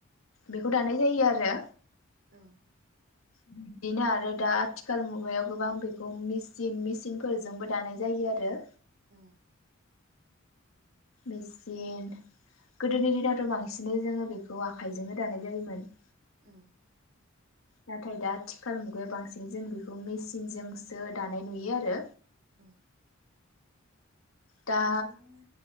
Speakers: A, on the left; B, on the right.
A: बेखौ दानाय जायो आरो।
B: औ।
A: बिदिनो आरो दा आथिखाल मुगायाव गोबां बेखौ मेसिन मेसिनफोरजोंबो दानाय जायो आरो।
B: औ।
A: मेचिन गोदोनि दिनावथ' बांसिनै जोङो बेखौ आखाइजोंनो दानाय जायोमोन।
B: औ।
A: नाथाय दा आथिखाल मुगाया बांसिन जों बेखौ मेचिनजोंसो दानाय नुयो आरो।
B: औ।
A: दा
B: नोंथाङा